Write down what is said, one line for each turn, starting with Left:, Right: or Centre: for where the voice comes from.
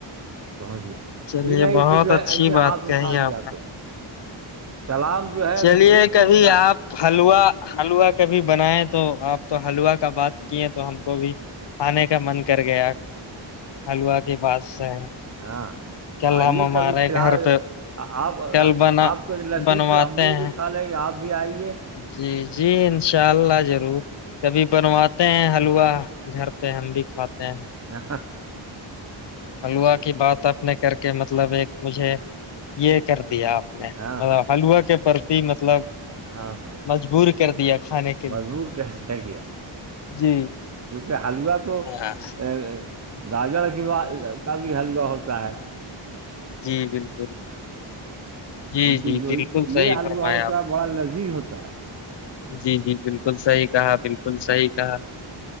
Right: پہنچ گیا
Left: چلیے
Right: یہ نہیں
Left: بہت
Right: کہ جو
Left: اچھی
Right: ہے ایسے
Left: بات
Right: ہاتھ
Left: کہی
Right: اٹھا لیا
Left: آپ نے۔
Right: تو سلام جو ہےب
Left: چلیے
Right: جیل
Left: کبھی
Right: سے نکالے
Left: آپ حلوا حلوا کبھی بنائے تو آپ تو حلوا کا بات کیے تو ہم کو بھی کھانے کا من کر گیا حلوا کی بات سے
Right: ہاں
Left: کل
Right: آئیے
Left: ہم ہمارے
Right: کبھی فی الحال
Left: گھر پہ
Right: آپ
Left: کل بنا
Right: آپ کو لصیب
Left: بنواتے
Right: سے ہم ہم لوگ بھی
Left: ہیں
Right: کھا لیں گے آپ بھی آئیے
Left: جی جی انشاء اللہ ضرور کبھی بنواتے ہیں حلوا گھر پہ ہم بھی کھاتے ہیں
Right: ہ
Left: حلوہ کی بات آپ نے کر کے مطلب ایک مجھے یہ کر دیا آپ مطلب
Right: ہاں ہاں
Left: حلووا کے پرتی مطلب
Right: ہاں ہاں
Left: مجبور کر دیا کھانے کے
Right: مجبور کیسے ہیں کیا
Left: لیے۔ جی
Right: کیونکہ حلوا تو
Left: ہاں
Right: ا گاجر کی ب کا بھی حلوا ہوتا ہے
Left: جی بالکل جی
Right: لیکن
Left: جی
Right: جو
Left: بالکل صحیح
Right: یہ حلوہ
Left: فرمایا
Right: ہوتا
Left: آپ
Right: ہے بڑا لذیذ ہوتا ہے
Left: جی جی بالکل صحیح کہا بالکل صحیح کہا